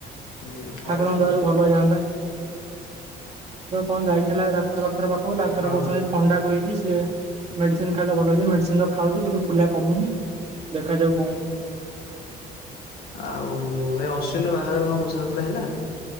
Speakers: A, on the left; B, on the right.
A: ହୁଁ ହଇରାଣ
B: ଠାକୁରଙ୍କ
A: ହଉଛି
B: ଦୟାରୁ ଭଲ ହେଇଯାଆନ୍ତା। କଣ ଯାଇଥିଲା ଡାକ୍ତର ଫାକ୍ତର ପା
A: ହଁ ହଁ।
B: ଥଣ୍ଡାକୁ ହେଇଛି ସିଏ ମେଡ଼ିସିନ ଖାଇଲେ ଭଲ ହେଇଯିବ ମେଡ଼ିସିନ ତ ଖାଉଛି କିନ୍ତୁ ଫୁଲା କମୁନି। ଦେଖାଯାଉ କଣ ହ
A: ହୁଁ। ଆଉ ଏ ଅଶ୍ୱିନର ବାହାଘର କଣ ବୁଝାହଉଥିଲା ହେଲା।